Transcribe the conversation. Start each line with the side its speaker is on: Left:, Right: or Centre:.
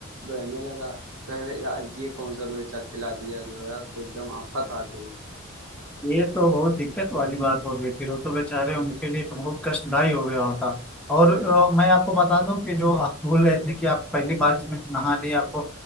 Right: बहने लगा कह रहे यार ये कौन सा मिर्चा खिला दिया जो है यार तो एकदम आफत आ गई
Centre: ये तो बहुत दिक्कत वाली बात हो गई फिर वो तो बेचारे उनके लिए तो बहुत कष्टदायी हो गया होता और
Right: मैं-
Centre: अ, मैं आपको बता दूं कि जो आप बोल रहे थे कि आप पहली बारिश में नहा लिए आपको